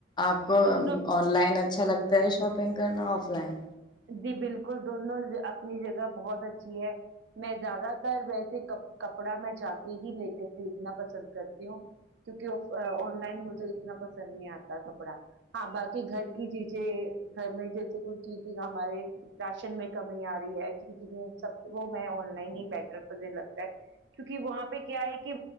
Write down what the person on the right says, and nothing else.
دونوں
جی بالکل دونوں اپنی جگہ بہت اچھی ہے میں زیادہ تر ویسے کپڑا میں جا کے ہی لے کے خریدنا پسند کرتی ہوں کیوںکہ آن لائن مجھے اتنا پسند نہیں آتا کپڑا ہاں باقی گھر کی چیزیں گھر میں جیسے کوئی چیز ہمارے راشن میں کمی آ رہی ہے کی سب وہ میں آن لائن ہی بیٹر پز لگتا ہے کیوںکہ وہاں پہ کیا ہے کہ